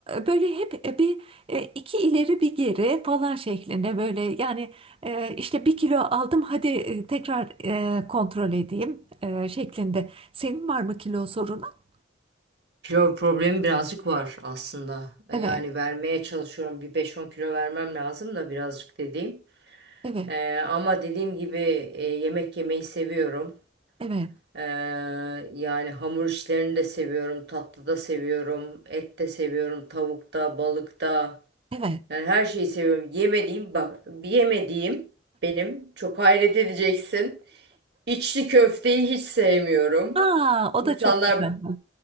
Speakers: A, on the right; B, on the right.
A: böyle hep e, bir e, iki ileri bir geri falan şeklinde böyle yani e, işte bir kilo aldım hadi e, tekrar e, kontrol edeyim e, şeklinde. Senin var mı kilo sorunu?
B: Kilo problemi birazcık var aslında. E,
A: Evet,
B: Yani vermeye çalışıyorum. Bir beş on kilo vermem lazım da birazcık dediğim.
A: evet,
B: E, ama dediğim gibi e, yemek yemeyi seviyorum.
A: evet,
B: E, yani hamur işlerini de seviyorum. Tatlı da seviyorum. Et de seviyorum. Tavukta, balıkta.
A: evet.
B: Yani her şeyi seviyorum. Yemediğim bak bir yemediğim benim çok hayret edeceksin. İçli köfteyi hiç sevmiyorum.
A: Aa, o
B: İnsanlar
A: da çok güzel.